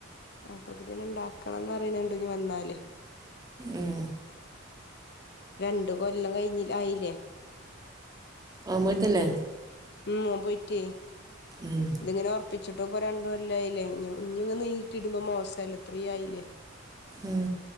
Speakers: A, on the left; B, on the right.
A: അപ്പൊക്കെ പിന്നെ ഇണ്ടാക്കണംന്ന് അറിയുന്നണ്ട ഇഞ്ഞി വന്നാലേ
B: ഉം
A: രണ്ടു കൊല്ലം കഴിഞ്ഞിൽ ആയില്ലേ
B: ആവ്മോൽത്തന്നെ
A: ഉംഓ പോയിറ്റേ
B: ഉം
A: ഇതിങ്ങനെ ഉറപ്പി ഇച്ചിട്ട ഇപ്പ രണ്ട് കൊല്ലായില്ലേ ഇഞ്ഞു ഇഞ്ഞുംഇങ്ങ നീട്ടി ഇടുമ്പോ മോശല്ലെ ഇത്രയും ആയില്ലേ
B: ഉം